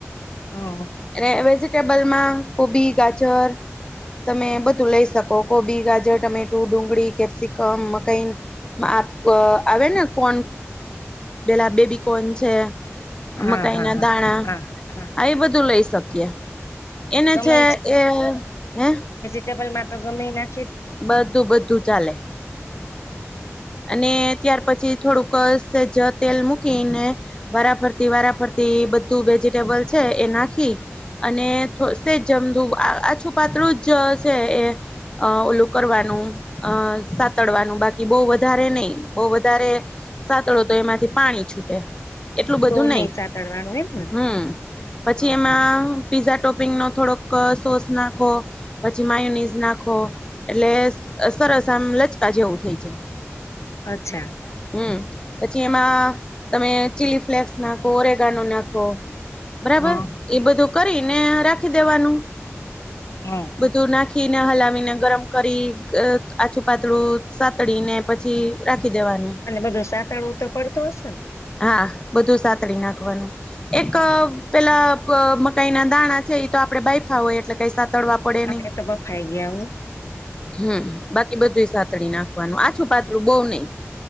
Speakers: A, on the left; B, on the left.
A: હા
B: એ વેજ ટેબલમાં કોબી, ગાજર તમે બધું લઈ શકો કોબી ગાજર, ટમેટું, ડુંગળી, કેપ્સિકમ મકાઈન આપ આવે ને કોન પેલા બેબી કોન છે.
A: હા
B: મકાઈ
A: હા
B: ના
A: હા
B: દાણા
A: હા હા
B: આયે બધું લઈ શક્ય. એને
A: ગમે
B: જે એ હે
A: ટેબલ માં તો ગમે યે
B: બધું બધું ચાલે.
A: હા.
B: અને ત્યાર પછી થોડુંક સેજ તેલ મૂકીને વારાફરતી વારાફરતી બધું વેજીિટેબલ છે એ નાખી અને સેજ જમધું આછું પાતળું જ છે, એ એ ઓલું કરવાનું અ સાતડવાનું બાકી બવ વધારે નહી બો વધારે સાતડો તો એમાંથી પાણી છૂટે. એટલું બધું
A: બહુ
B: નઈ
A: નહી સાતડવાનું એમ ને
B: હમ પછી
A: હા
B: એમાં
A: હા
B: પીઝા ટોપ વિંગ્સ નો થોડોક સોસ નાખો પછી માયુનીઝ નાખો એટલે સરસ આમ લચકા જેવું થઈ જાય.
A: અચ્છા
B: હમ્મ. પછી એમાં તમે ચીલી ફ્લેક્સ નાખો, ઓરેગાનો નાખો. બરાબર
A: હા
B: એ બધું. કરીને રાખી દેવાનું.
A: હા
B: બધું નાખી. નાખીને હલાવીને ગરમ કરી અ આછું પાતળું સાતળીને પછી રાખી દેવાનું
A: અને બધું સાતડું તો પડતું હશે ને?
B: હા બધું સાતળી નાખવાનું. એક
A: હા
B: પેલા મકાઈ ના દાણા છે એ તો આપણે બાયફા હોય એટલે કઈ તડવા પડે
A: હા
B: નય
A: એ તો બફાઈ ગયા હું
B: હમ બાકી બધું સાથે. નાખવાનું આછું પાત્રું બહુ નય.